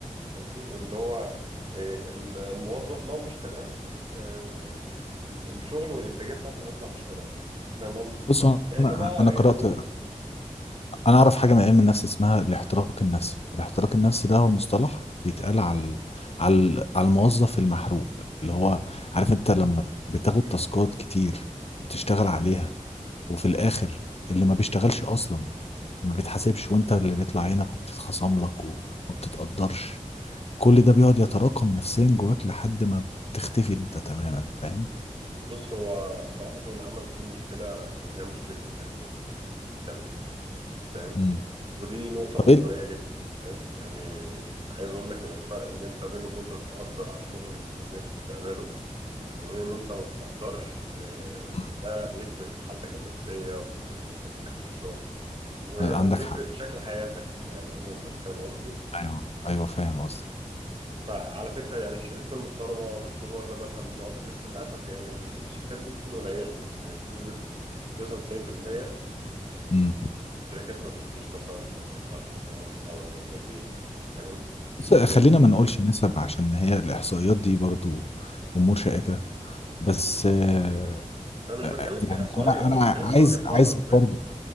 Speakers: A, on the right (about 40°); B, on the left (about 50°).
A: فاهمني اللي هو آه، ال- الموظف لو مش تمام آه، ال- الشغل والإنتاجية بتاعته هتطلع مش تمام فاهم قصدي؟
B: بص هو
A: احنا بقى
B: انا قرات
A: يعني
B: انا اعرف حاجه من علم النفس اسمها الاحتراق النفسي الاحتراق النفسي ده هو مصطلح بيتقال على ال- على ال- على الموظف المحروق اللي هو عارف انت لما بتاخد تاسكات كتير وبتشتغل عليها وفي الاخر اللي ما بيشتغلش اصلا ما بيتحاسبش وانت اللي بيطلع عينك وبتتخصم لك وما بتتقدرش كل ده بيقعد يتراكم نفسيا جواك لحد ما بتختفي انت تماما فاهم
A: بص هو الصراحة سوق العمل فيه مشكلة وهي مشكلة التقدير دي اللي أنت بتتكلم فيها فاهم
B: امم
A: ودي نقطة
B: طب
A: محورية
B: ايه ال-
A: جدا فاهم يعني عايز أقول لك إن الفرق إن أنت بين إن أنت تتقدر على الشغل اللي بتتم- بتعمله وبين إن أنت ما تتقدرش آه،
B: مم.
A: ده بيفرق في حالتك النفسية وبيفرق في إنتاجيتك في الشغل و-
B: عندك
A: وبيفرق
B: حق
A: في شكل حياتك يعني عموما فاهم قصدي؟
B: ايوه ايوه فاهم قصدك
A: فعلى فكرة يعني الشركات المحترمة بتكون واخدة بالها من النقط دي بس للأسف يعني ال- الشركات دي بتكون قليلة يعني بنسبة 99%
B: امم
A: الشركات ما بتديش مثلا العمال حقهم او الموظفين فاهم
B: بس خلينا
A: آه،
B: ما نقولش نسب عشان هي الاحصائيات دي برضو امور شائكة بس آه،
A: انا مش
B: آه،
A: بتكلم
B: آه، يعني
A: كاحصائيه
B: انا
A: انا
B: انا
A: بتكلم
B: عايز
A: كوجهه
B: عايز
A: نظر فاهم
B: برضو